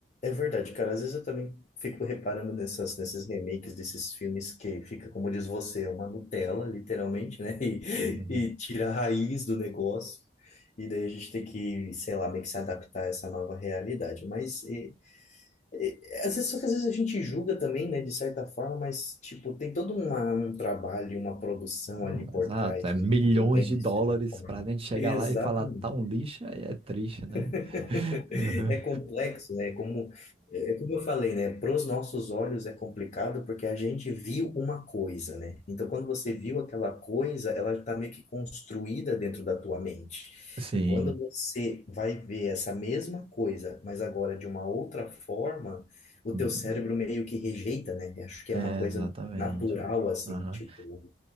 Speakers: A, on the left; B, on the right.
A: É verdade, cara. Às vezes eu também fico reparando nessas, nesses remakes desses filmes que fica, como diz você, uma Nutella, literalmente, né? <laughs> E,
B: Uhum.
A: e tira a raiz do negócio. E daí a gente tem que, sei lá, meio que se adaptar a essa nova realidade. Mas e- e- às vezes, só que às vezes a gente julga também, né? De certa forma, mas, tipo, tem todo uma, um trabalho, uma produção
B: Não,
A: ali por
B: exato.
A: trás,
B: É milhões
A: né? Também,
B: de
A: de
B: dólares
A: certa forma.
B: pra gente chegar
A: Exatamente.
B: lá e falar tá um lixo, aí é triste, né?
A: <laughs>
B: <laughs> Uhum.
A: É complexo, né? Como, é como eu falei, né? Para os nossos olhos é complicado porque a gente viu uma coisa, né? Então, quando você viu aquela coisa, ela está meio que construída dentro da tua mente.
B: É, sim.
A: E quando você vai ver essa mesma coisa, mas agora de uma outra forma, o
B: Uhum.
A: teu cérebro meio que rejeita, né? Eu Acho que
B: É,
A: é uma coisa
B: exatamente.
A: natural, assim,
B: Aham.
A: tipo.